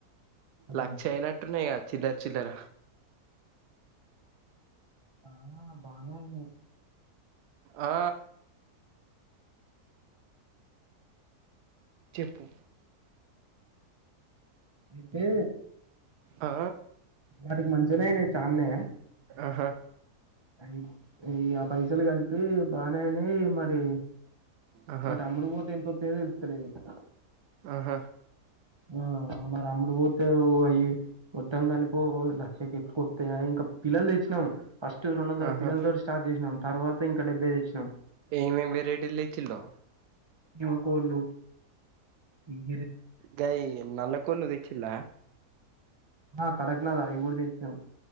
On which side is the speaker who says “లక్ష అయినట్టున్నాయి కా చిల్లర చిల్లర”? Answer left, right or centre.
Right